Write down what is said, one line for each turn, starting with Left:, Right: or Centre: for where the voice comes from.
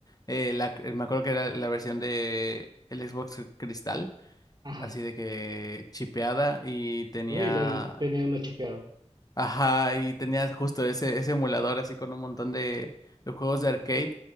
Left: eh, la- eh, me acuerdo que era la versión de el Xbox Cristal,
Right: Ajá.
Left: así de que chipeada y tenía
Right: Uy, ten- tenía uno chipeado.
Left: Ajá, y tenías justo ese, ese emulador así con un montón de, de juegos de arcade,